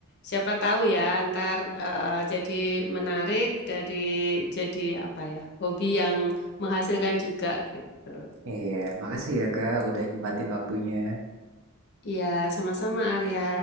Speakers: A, on the left (about 50°); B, on the right (about 65°).
A: Siapa tahu ya, ntar eh, jadi menarik dari jadi apa ya, hobi yang menghasilkan juga gitu.
B: Iya, makasih ya Kak udah nyempatin waktunya.
A: Iya, sama-sama Arya.